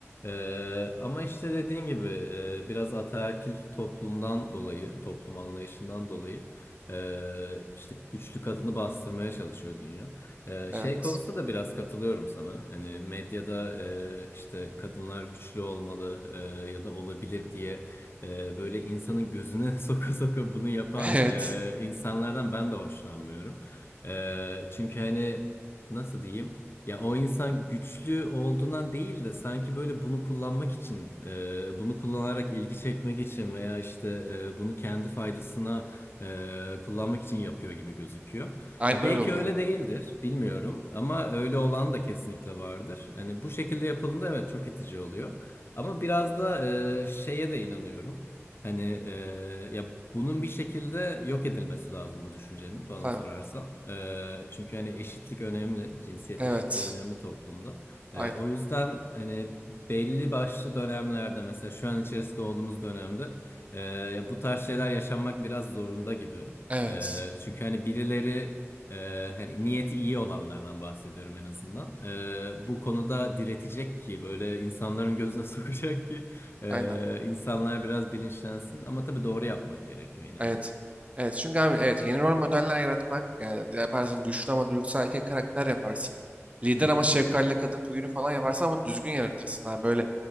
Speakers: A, on the left (about 50°); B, on the right (about 25°).
A: Ee, ama işte dediğin gibi e, biraz ataerkil toplumdan dolayı, toplum anlayışından dolayı e, işte güçlü kadını bastırmaya çalışıyor dünya. E,
B: evet,
A: şey konusunda da biraz katılıyorum sana. Hani medyada e, işte kadınlar güçlü olmalı e, ya da olabilir diye e, böyle insanın gözüne <laughs> soka soka bunu yapan
B: <laughs> evet.
A: e, insanlardan ben de hoşlanmıyorum. E, çünkü hani nasıl diyeyim? Ya o insan güçlü olduğundan değil de sanki böyle bunu kullanmak için, e, bunu kullanarak ilgi çekmek için veya işte e, bunu kendi faydasına e, kullanmak için yapıyor gibi gözüküyor.
B: Aynen
A: Ya belki
B: öyle oluyor.
A: öyle değildir, bilmiyorum ama öyle olan da kesinlikle vardır. Hani bu şekilde yapıldığında evet çok itici oluyor. Ama biraz da e, şeye de inanıyorum. Hani e, ya bunun bir şekilde yok edilmesi lazım bu düşüncenin bana
B: Tamam.
A: sorarsan. E, çünkü hani eşitlik önemli, cinsiyet
B: Evet.
A: eşitliği önemli toplumda.
B: Aynen.
A: E, o yüzden hani belli başlı dönemlerde mesela şu an içerisinde olduğumuz dönemde e, ya bu tarz şeyler yaşanmak biraz zorunda gibi.
B: Evet.
A: E, çünkü hani birileri e, hani niyeti iyi olanlardan bahsediyorum en azından. E, bu konuda diretecek ki böyle insanların gözüne <laughs> sokacak ki. Ee,
B: Aynen.
A: insanlar biraz bilinçlensin ama tabii doğru yapmak gerekiyor yine
B: Evet.
A: de.
B: Evet. Çünkü abi evet yeni rol modeller yaratmak yani yaparsın güçlü ama duygusal erkek karakter yaparsın. Lider
A: Hı hı.
B: ama şefkatli kadın figürü falan yaparsan ama düzgün yaratırsın abi. Böyle